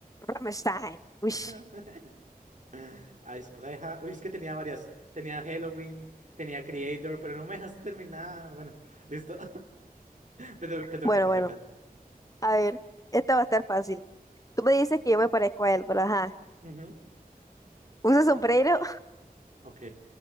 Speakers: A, on the left (about 20°); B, on the right (about 55°).
A: Rammstein. Uish.
B: <laughs> Eisbrecher. Uy, es que tenía varias. Tenía Halloween, tenía Creator, pero no me dejaste terminar. Bueno, listo. Te, to- te toca,
A: Bueno,
B: te
A: bueno.
B: toca.
A: A ver, esta va a estar fácil. Tú me dices que yo me parezco a él, pero ajá.
B: Ujú.
A: Usa sombrero
B: Ah, ok.